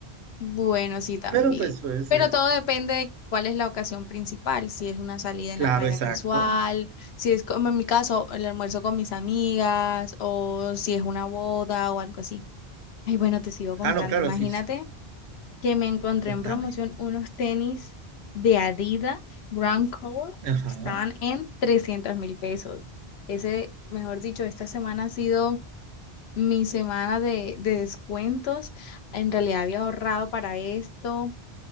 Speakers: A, on the left; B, on the right.
A: Bueno, sí, también.
B: Pero pues puede ser.
A: Pero todo depende de cuál es la ocasión principal, si es una salida en
B: Claro,
A: la playa
B: exacto.
A: casual, si es como en mi caso, el almuerzo con mis amigas, o si es una boda o algo así. y bueno, te sigo contando.
B: Ah, no, claro,
A: Imagínate
B: sí.
A: que me encontré
B: Contame.
A: en promoción unos tenis de Adidas Grand Court
B: Ajá.
A: que estaban en trescientos mil pesos. Ese, mejor dicho, esta semana ha sido mi semana de, de descuentos. En realidad había ahorrado para esto